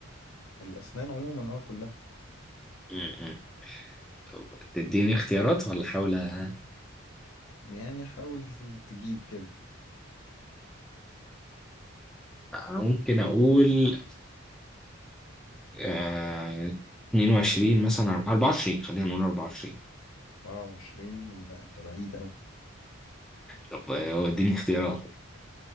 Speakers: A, on the left; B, in the centre.
A: الأسنان عموما اه كلها
B: امم طب تديني اختيارات ولا احاول أ-
A: يعني حاول تجيب كده
B: ممكن اقول آه 22 مثلا 24 خلينا نقول 24
A: 24 لا انت بعيد أوي
B: طب آه، اديني اختيارات